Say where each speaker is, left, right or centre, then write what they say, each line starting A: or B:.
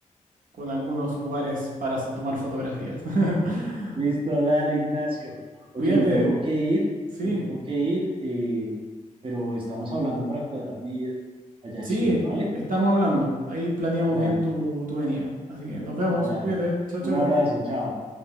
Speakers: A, on the right (about 80°); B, on the right (about 40°).
A: con algunos lugares para so- tomar fotografías. <laughs>
B: Listo, dale, Ignacio.
A: Cuídate,
B: Oye, me tengo que ir,
A: sí.
B: me tengo que ir, eh, pero estamos hablando para cuadrar mi vida allá
A: Sí,
B: a Chile, ¿vale?
A: estamos hablando. Ahí planeamos
B: Dale,
A: bien tu, tu venida. Así que nos vemos.
B: dale.
A: Cuídate. Chao, chao.
B: Un abrazo, chao.